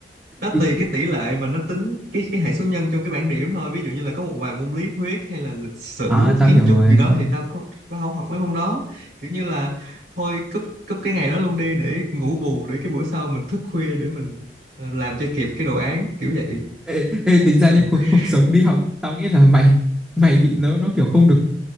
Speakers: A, on the right; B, in the centre.
A: nó tùy
B: ý
A: cái tỷ lệ mà nó tính cái cái hệ số nhân trong cái bảng điểm thôi ví dụ như là có một vài môn lý thuyết hay là lịch sử
B: à, tao
A: kiến
B: hiểu
A: trúc
B: rồi
A: gì đó thì tao có tao không học mấy môn đó kiểu như là thôi cúp cúp cái ngày đó luôn đi để ngủ bù để cái bữa sau mình thức khuya để mình ờ, làm cho kịp cái đồ án kiểu vậy
B: Ê, ê,
A: cũng
B: tính
A: không
B: ra
A: cần
B: như cuộc
A: <laughs>
B: cuộc sống đi học tao nghĩ là mày mày bị nó nó kiểu không được